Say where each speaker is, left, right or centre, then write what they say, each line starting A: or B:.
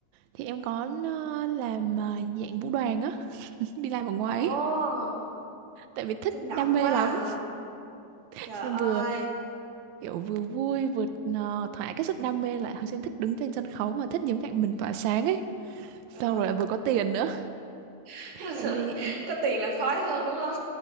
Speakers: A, on the right; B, on the right.
A: Thì em
B: Ừ.
A: có ờ, làm ờ, dạng vũ đoàn á, <laughs> đi làm ở ngoài
B: Ồ,
A: ấy. Tại vì thích
B: sinh động
A: đam mê
B: quá
A: lắm.
B: à.
A: <laughs>
B: Trời
A: Xong
B: ơi.
A: vừa kiểu vừa vui vừa ờ, thỏa cái sức đam mê lại. Hồi xưa em thích đứng trên sân khấu mà thích những cạnh mình tỏa sáng ấy. Xong
B: Ừ.
A: rồi lại vừa có tiền nữa.
B: <laughs>
A: là em đi em
B: Có tiền là khói hơn đúng không?